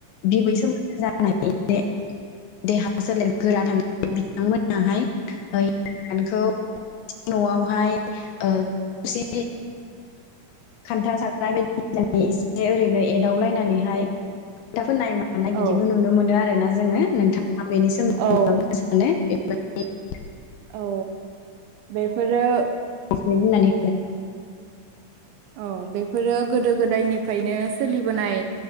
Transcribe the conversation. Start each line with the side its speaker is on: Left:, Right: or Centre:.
Left: बिबै सोमोन्दो जानाय <unintelligible> देहा सोलेर गोरा थानाय बिथांमोनाहाय ओ हिनजाव‌ गोदानखौ न'आवहाय ओ थोरसि, खान्था, साराइ बायदिसिना एसे ओरैनो एदावलायनानैहाय फोथा फोन्नाय मा नाय
Right: औ
Left: बिदिबो नुनो मोनो आरो। <unintelligible> जोङो नोंथां। आं बेनि सोमोन्दै
Right: औ
Left: बुंलांनो सानो‌ <unintelligible>
Right: औ बेफोरो
Left: एसे बुंनानै
Right: औ बेफोरो गोदो गोदायनिफ्रायनो सोलिबोनाय